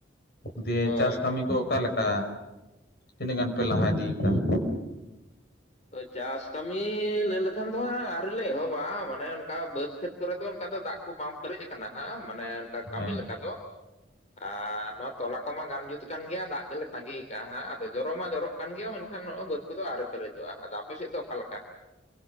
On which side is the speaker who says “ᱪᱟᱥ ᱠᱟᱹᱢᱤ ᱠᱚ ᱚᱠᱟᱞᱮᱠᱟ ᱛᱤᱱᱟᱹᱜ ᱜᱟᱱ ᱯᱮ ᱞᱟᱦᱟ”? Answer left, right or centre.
Left